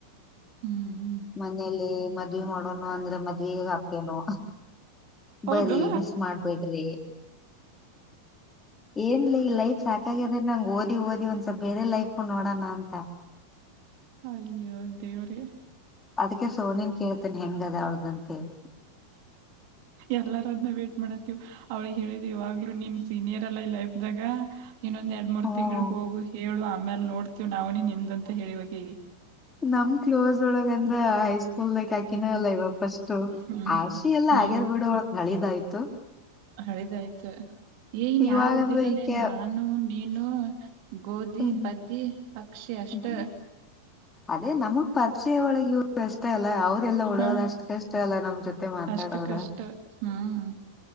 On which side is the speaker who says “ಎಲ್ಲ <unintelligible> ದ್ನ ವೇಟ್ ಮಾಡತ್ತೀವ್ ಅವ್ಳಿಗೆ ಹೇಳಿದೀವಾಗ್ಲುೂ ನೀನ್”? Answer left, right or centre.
Right